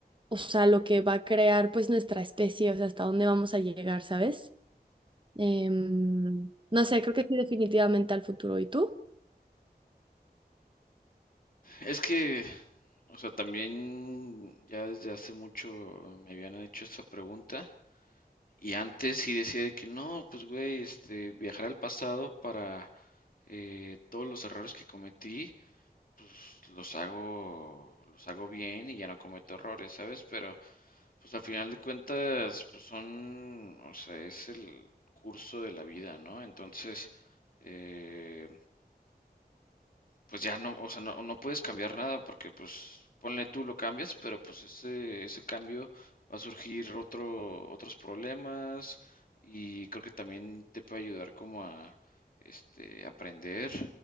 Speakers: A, on the right; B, on the left.
A: o sea, lo que va a crear pues nuestra especie, o sea, hasta dónde vamos a llegar, ¿sabes? Em, no sé, creo que sí, definitivamente al futuro. ¿Y tú?
B: Es que, o sea, también ya desde hace mucho me habían hecho esa pregunta y antes sí decía de que no, pues güey, este, viajar al pasado para eh, todos los errores que cometí, pues los hago, los hago bien y ya no cometo errores, ¿sabes? Pero pues al final de cuentas, pues son, o sea, es el curso de la vida, ¿no? Entonces, eh, pues ya no, o sea, no, no puedes cambiar nada porque pues ponle tú lo cambias, pero pues ese, ese cambio va a surgir otro, otros problemas y creo que también te puede ayudar como a este, aprender,